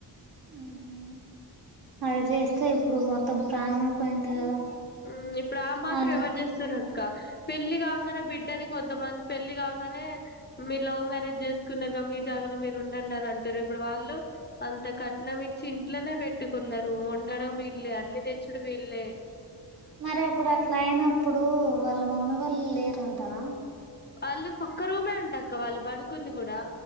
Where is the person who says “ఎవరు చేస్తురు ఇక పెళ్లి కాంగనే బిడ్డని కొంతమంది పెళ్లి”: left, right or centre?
Left